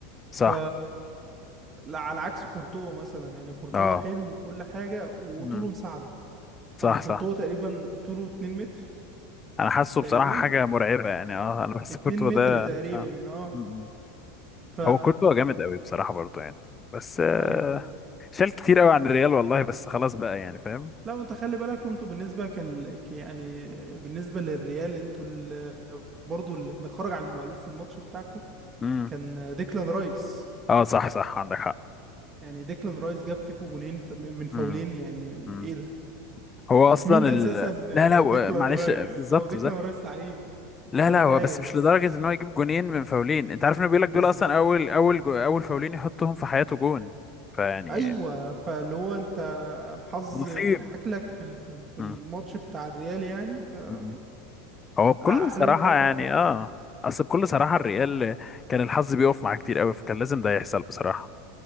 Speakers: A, on the right; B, on the left.
A: ف
B: صح
A: لا على عكس كورتوا مثلا يعني كورتوا
B: اه
A: حلو وكل حاجة وطوله
B: امم
A: مساعده يعني
B: صح
A: كورتوا
B: صح
A: تقريبا طوله 2 متر
B: انا حاسه
A: تقريبا
B: بصراحة حاجة مرعبة يعني اه انا بحس
A: 2
B: كورتوا ده
A: متر تقريبا
B: آه.
A: اه
B: مم.
A: ف
B: هو كورتوا جامد قوي بصراحة برضه يعني بس آه،
A: ايوه
B: شال كتير قوي عن الريال والله بس خلاص بقى يعني فاهم
A: لا وانت خلي بالك وانتوا بالنسبة كال... ك- يعني بالنسبة للريال انتوا ال... برضو اللي خرج عن المألوف في الماتش بتاعكم
B: امم
A: كان ديكلان رايس
B: اه صح صح عندك حق
A: يعني ديكلان رايس جاب فيكو جونين ف- من فاولين
B: مم.
A: يعني
B: مم.
A: ايه ده
B: هو اصلا
A: مين اساسا
B: ال... لا
A: آه،
B: لا و-
A: ديكلان
B: معلش
A: رايس
B: بالظبط
A: هو ديكلان
B: بالظبط
A: رايس لعيب
B: لا
A: وكل
B: لا
A: حاجة
B: هو بس
A: بس
B: مش لدرجه
A: آه،
B: ان هو يجيب جونين من فاولين انت عارف انه بيقول
A: بالظبط
B: لك دول اصلا اول اول جو... اول فاولين يحطهم في حياته جون فيعني
A: ايوه فاللي هو انت الحظ
B: نصيب
A: بيضحك لك في ال- في ال- في
B: مم.
A: الماتش بتاع الريال يعني فبيحقق
B: مم. هو بكل
A: احلامه
B: صراحه
A: حرفيا
B: يعني
A: في الماتش
B: اه اصل بكل صراحه الريال كان الحظ بيقف معاه كتير قوي فكان لازم ده يحصل بصراحه